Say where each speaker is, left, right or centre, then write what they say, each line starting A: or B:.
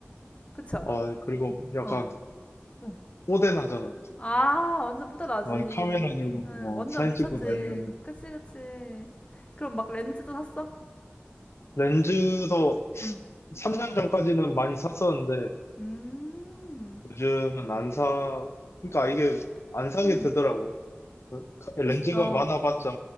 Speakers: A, on the left; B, on the left.
A: 그치 않아?
B: 어, 그리고 약간
A: 어, 어.
B: 뽀대나잖아.
A: 아, 완전 뿌듯하지.
B: 어, 이 카메라 들고
A: 응, 완전
B: 어, 사진
A: 미쳤지.
B: 찍고 다니면은
A: 그치, 그치. 그럼 막 렌즈도 샀어?
B: 렌즈도
A: 응.
B: 3년 전까지는 많이 샀었는데
A: 음,
B: 요즘은 안 사, 그러니까 이게 안 사게
A: 음,
B: 되더라고. 그 렌즈가
A: 어,
B: 많아봤자